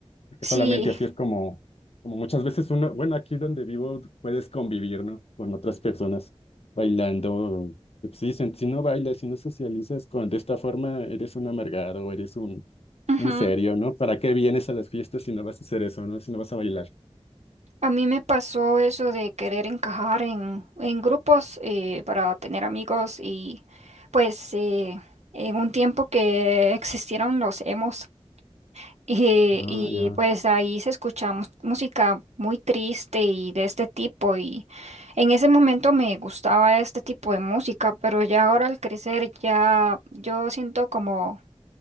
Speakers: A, on the left; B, on the right.
A: porque
B: Sí,
A: solamente así es como, como muchas veces uno, bueno, aquí donde vivo puedes convivir, ¿no? Con otras personas bailando. que, pues, Sí, si, si no bailas, si no socializas con, de esta forma, eres un amargado, eres un,
B: ujú.
A: un serio, ¿no? ¿Para qué vienes a las fiestas si no vas a hacer eso, ¿no? Si no vas a bailar.
B: A mí me pasó eso de querer encajar en, en grupos eh, para tener amigos y pues eh, en un tiempo que existieron los emos. Y,
A: Ah,
B: y,
A: ya.
B: pues ahí se escucha mus- música muy triste y de este tipo y en ese momento me gustaba este tipo de música, pero ya ahora al crecer ya yo siento como